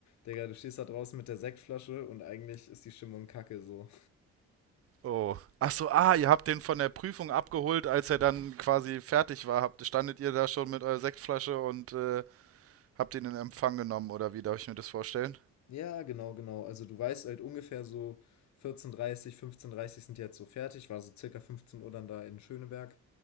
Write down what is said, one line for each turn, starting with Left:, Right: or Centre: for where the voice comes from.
Left: Digga, du stehst da draußen mit der Sektflasche und eigentlich ist die Stimmung kacke so.
Right: Oh. Ach so, ah,
Left: Ja.
Right: ihr habt den von der Prüfung abgeholt, als er dann quasi fertig war. Habt, standet ihr da schon mit eurer Sektflasche und äh, habt ihn in Empfang genommen, oder wie darf ich mir das vorstellen?
Left: Ja, genau, genau. Also du weißt halt ungefähr so 14.30, 15.30 sind die jetzt so fertig, war so circa 15 Uhr dann da in Schöneberg.